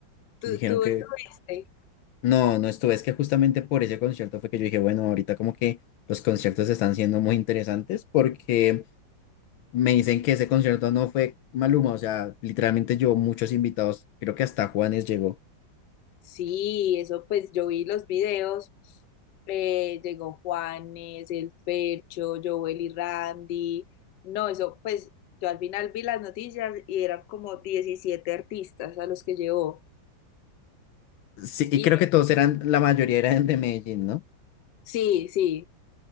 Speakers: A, on the left; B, on the left.
A: ¿Tú,
B: Dijeron
A: tú
B: que...
A: estuviste?
B: No, no estuve. Es que justamente por ese concierto fue que yo dije, bueno, ahorita como que los conciertos están siendo muy interesantes porque me dicen que ese concierto no fue Maluma. O sea, literalmente yo, muchos invitados, creo que hasta Juanes llegó.
A: Sí, eso pues yo vi los videos. Eh, llegó Juanes, el Fercho, Joel y Randy. No, eso pues yo al final vi las noticias y eran como 17 artistas a los que llevó.
B: Sí, y
A: Y
B: creo que todos eran, la mayoría eran de Medellín, ¿no?
A: sí, sí,